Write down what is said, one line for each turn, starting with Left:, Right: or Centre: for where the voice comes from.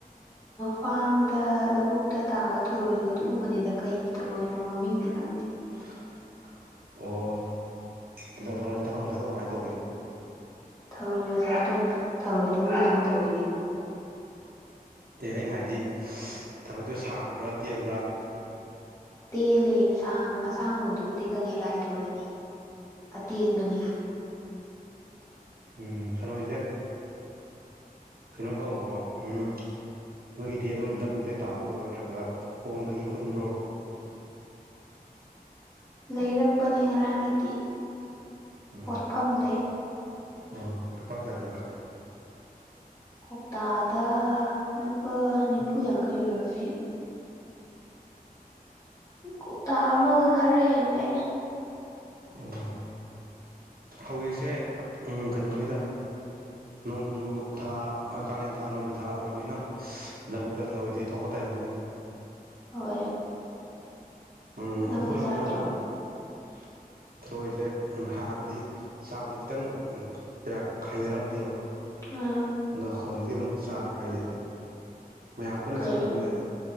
Left: ꯐꯥꯔꯝꯗ ꯂꯧꯕꯨꯛꯇ ꯇꯥꯕ ꯊꯧꯔꯣꯏꯗꯣ ꯑꯗꯨꯒꯨꯝꯕꯅꯤꯗ ꯀꯩꯒꯤ ꯊꯧꯔꯣꯏꯅꯣ ꯃꯃꯤꯡꯗꯤ ꯈꯪꯅꯤ
Right: ꯍ ꯑꯣ ꯊꯧꯔꯝ ꯉꯁꯗ ꯀꯃꯥꯏꯅ ꯇꯧꯈꯤꯕ
Left: ꯊꯧꯔꯣꯏ ꯃꯆꯛꯇꯣ ꯊꯧꯔꯣꯏꯗꯧꯅ ꯑꯗꯨꯝ ꯇꯧꯋꯤ ꯀꯩꯅꯣ
Right: ꯑꯦ ꯑꯩꯅ ꯍꯥꯏꯕꯗꯤ ꯊꯕꯛꯇꯨ ꯁꯥꯡꯕ꯭ꯔꯥ ꯇꯦꯟꯕ꯭ꯔꯥ
Left: ꯇꯦꯜꯂꯦꯥꯡ ꯑꯁꯥꯡꯒꯧꯗꯨꯕꯨꯗꯤ ꯈꯪꯉꯦ ꯂꯥꯏ ꯊꯔꯣꯏꯅꯦ ꯑꯗꯤ ꯌꯦꯟꯕꯅꯤ
Right: ꯎꯝ ꯐꯔꯣꯏꯁꯦ ꯀꯩꯅꯣ ꯇꯧꯕ꯭ꯔꯣ ꯎꯝ ꯅꯣꯏꯒꯤꯗꯤ ꯑꯗꯨꯝ ꯗꯕꯨꯇꯩ ꯇꯥꯕ꯭ꯔꯣ ꯅꯠꯇ꯭ꯔꯒ ꯀꯣꯝꯗꯒꯤ ꯈꯨꯟꯕ꯭ꯔꯣ꯫
Left: ꯂꯩꯔꯛꯄꯅꯦ ꯉꯔꯥꯡꯒꯤꯗꯤ꯫
Right: ꯎꯝ
Left: ꯄꯣꯠꯐꯝꯗꯩ
Right: ꯑꯣ ꯂꯨꯄꯥ ꯀꯌꯥ ꯄꯤꯕ꯫
Left: ꯀꯧꯇꯥꯗ ꯂꯨꯄꯥ ꯅꯤꯐꯨ ꯌꯥꯡꯈꯩ ꯑꯣꯏꯔꯝꯅꯦ꯫ ꯀꯇꯥ ꯑꯃꯒ ꯈꯔ ꯍꯦꯜꯂꯦ꯫
Right: ꯑꯣ ꯍꯧꯖꯤꯛꯁꯦ ꯎꯝ ꯀꯩꯅꯣꯅꯤꯗ꯫ ꯅꯣꯡꯖꯨ ꯊꯥ ꯀꯥꯂꯦꯟ ꯊꯥ ꯅꯣꯡꯖꯨ ꯊꯥ ꯑꯣꯏꯕꯅꯤꯅ꯫ ꯂꯧꯕꯨꯛꯇ ꯊꯔꯣꯏꯗꯤ ꯊꯣꯛꯄ ꯇꯥꯏꯃꯤꯉꯦ꯫
Left: ꯍꯣꯏ꯫
Right: ꯎꯝ
Left: ꯅꯪꯗꯤ
Right: ꯑꯩꯈꯣꯏꯔꯣꯝꯒꯤꯅ
Left: ꯆꯥꯗ꯭ꯔꯣ꯫
Right: ꯑꯃꯨꯛ <inaudible> ꯊꯔꯣꯏꯁꯦ ꯍꯥꯟꯅꯕꯨꯗꯤ ꯆꯥꯕꯗ ꯈꯤꯇꯪ ꯀꯌꯥ ꯈꯥꯏꯅꯔꯝꯗꯦꯕ꯫
Left: ꯑ
Right: ꯑꯗꯣ ꯍꯧꯖꯤꯛꯇꯤ ꯑꯗꯨꯝ ꯆꯥꯔꯦ ꯍꯥꯏꯗꯤ꯫ ꯃꯌꯥꯝ ꯄꯨꯟꯅ
Left: ꯀꯩ
Right: ꯆꯥꯔꯛꯄꯅꯤꯅ